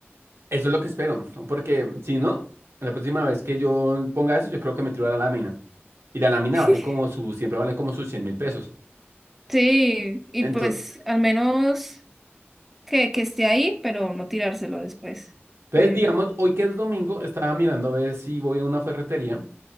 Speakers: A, on the right; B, in the centre.
A: eso es lo que espero, porque si no, la próxima vez que yo ponga eso, yo creo que me tiro a la lámina. Y la lámina
B: <laughs>
A: vale como su, siempre vale como sus cien mil pesos.
B: Sí, y
A: Entonces,
B: pues al menos que, que esté ahí, pero no tirárselo después.
A: entonces,
B: Que-
A: digamos, hoy que es domingo, estaba mirando a ver si voy a una ferretería